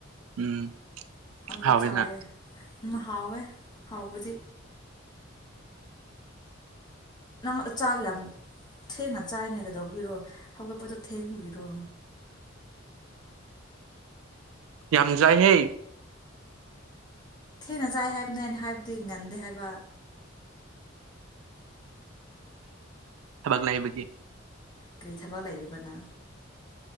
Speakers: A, on the right (about 85°); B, on the left (about 20°).
A: ꯎꯝ
B: ꯑꯗꯨ
A: ꯍꯥꯎꯋꯤꯅ
B: ꯆꯥꯏꯌꯦ ꯍꯥꯎꯋꯦ ꯍꯥꯎꯕꯗꯤ ꯅꯪ ꯆꯥꯒ ꯌꯥꯝ ꯊꯦꯡꯅ ꯆꯥꯏꯅꯦꯒꯩꯗꯧꯕꯤꯔꯣ ꯍꯧꯒꯠꯄꯗꯣ ꯊꯦꯡꯕꯤꯔꯣ
A: ꯌꯥꯝꯖ ꯍꯦ
B: ꯊꯦꯡꯅ ꯆꯥꯏ ꯍꯥꯏꯕꯅꯦ ꯑꯩꯅ ꯍꯥꯏꯕꯗꯤ ꯉꯟꯗꯦ ꯍꯥꯏꯕ
A: ꯊꯕꯛ ꯂꯥꯛꯏꯕꯒꯤ
B: ꯀ꯭ꯔꯤꯊꯕ ꯂꯩꯗꯕꯅ